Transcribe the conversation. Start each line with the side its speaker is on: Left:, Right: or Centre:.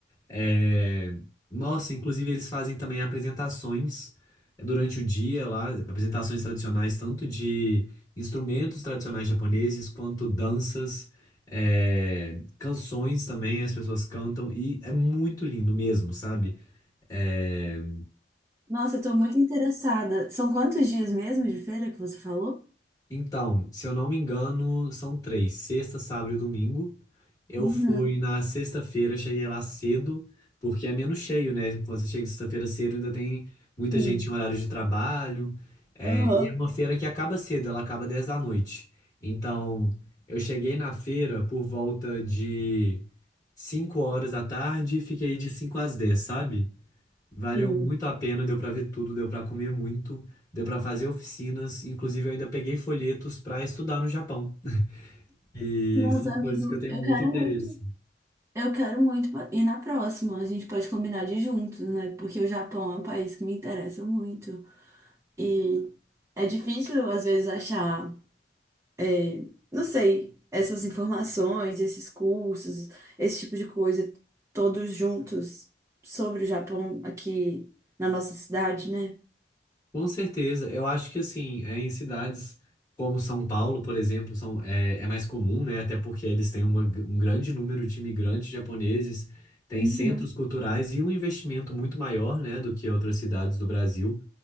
Left: É, Nossa, inclusive eles fazem também apresentações eh, durante o dia lá, apresentações tradicionais, tanto de instrumentos tradicionais japoneses, quanto danças, é, canções também, as pessoas cantam, e é muito lindo mesmo, sabe? É,
Right: Nossa, eu tô muito interessada. São quantos dias mesmo de feira que você falou?
Left: Então, se eu não me engano, são três, sexta, sábado e domingo. Eu
Right: Uhum.
Left: fui na sexta-feira, cheguei lá cedo, porque é menos cheio, né? Quando você chega sexta-feira cedo, ainda tem muita
Right: Sim.
Left: gente em horário de trabalho. É,
Right: Aham.
Left: e é uma feira que acaba cedo, ela acaba 10 da noite. Então, eu cheguei na feira por volta de 5 horas da tarde e fiquei de 5 às 10, sabe? Valeu
Right: Sim.
Left: muito a pena, deu para ver tudo, deu para comer muito, deu para fazer oficinas, inclusive eu ainda peguei folhetos para estudar no Japão. E
Right: Nossa,
Left: são coisas
Right: amigo,
Left: que eu tenho
Right: eu
Left: muito
Right: quero
Left: interesse.
Right: muito. Eu quero muito pa- ir na próxima. A gente pode combinar de ir juntos, né? Porque o Japão é um país que me interessa muito. E é difícil, às vezes, achar, é, não sei, essas informações, esses cursos, esse tipo de coisa, todos juntos sobre o Japão aqui na nossa cidade, né?
Left: Com certeza, eu acho que assim, é em cidades como São Paulo, por exemplo, são, é, é mais comum, né? Até porque eles têm uma, um grande número de imigrantes japoneses, tem
Right: Uhum.
Left: centros culturais e um investimento muito maior, né, do que outras cidades do Brasil.